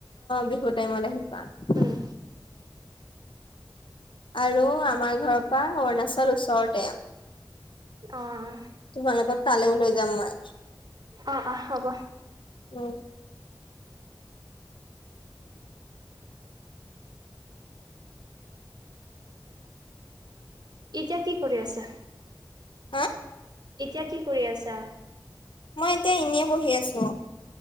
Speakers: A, on the left; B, on the right.
A: বিহুৰ টাইমত আহিবা।
B: উম।
A: আৰু আমাৰ ঘৰৰ পৰা অৰুণাচল ওচৰতে।
B: অ',
A: তোমালোকক তালৈও লৈ যাম মই।
B: অ', অ', হ'ব।
A: উম।
B: এতিয়া কি কৰি আছা?
A: হা?
B: এতিয়া কি কৰি আছা?
A: মই এতিয়া এনেই বহি আছো।